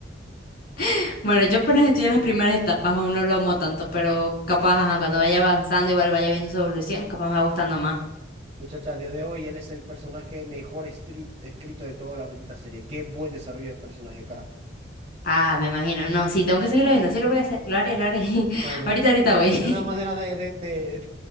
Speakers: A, on the left; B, on the right.
A: <laughs> Bueno, yo apenas estoy en las primeras etapas, aún no lo amo tanto, pero
B: Sí.
A: capaz, ajá, cuando vaya avanzando, igual vaya viendo su evolución, capaz me va gustando más.
B: Muchacha, a día de hoy él es el personaje mejor escrit- escrito de toda la bendita serie. Qué buen desarrollo de personaje, carajo.
A: Ah, me imagino. No, sí, tengo que seguirlo viendo, sí lo voy a hacer, lo haré, lo haré. <laughs>
B: Bueno,
A: Ahorita, ahorita
B: pero
A: voy.
B: me vino una manera de, de, de, de-